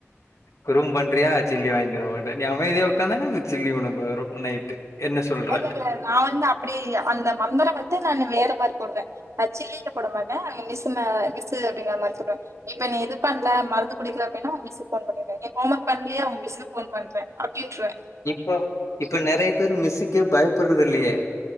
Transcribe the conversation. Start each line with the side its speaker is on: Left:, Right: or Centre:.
Left: குறும்பு பண்றயா சில்லி வாங்கி தர மாட்டேன் நீ அமைதியா ஒக்காந்தன்னா இப்ப சில்லி ஒனக்கு வரு நைட்டு என்ன சொல்ற
Right: இல்ல இல்ல நான் வந்து அப்டி இல்ல அந்த மந்தரோ வந்து நானு வேற மாரி போடுவே அது சில்லின்னு போட மாட்டே அவங்க மிஸ்சு மா மிஸ்சு அப்டிங்கிற மாரி சொல்லுவே இப்ப நீ இது பண்ணல மருந்து குடிக்கல அப்டின்னா ஒங்க மிஸ்க்கு ஃபோன் பண்ணிருவே நீ ஹோம் ஒர்க் பண்ணலயா ஒங்க மிஸ்க்கு ஃபோன் பண்றே அப்டின்ருவே
Left: இப்ப இப்ப நெறைய பேரு மிஸ்ஸுக்கே பயப்படுறது இல்லையே